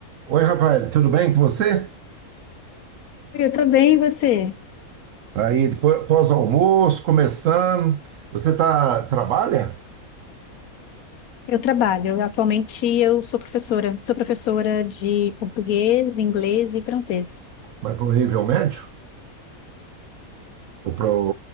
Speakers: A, on the right; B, on the left.
A: Oi, Rafael, tudo bem com você?
B: Eu também, e você?
A: Tá aí, depois- pós-almoço, começando. Você tá, trabalha?
B: Eu trabalho. Atualmente eu sou professora. Sou professora de português, inglês e francês.
A: Mas para o nível médio? Ou, pra, ou,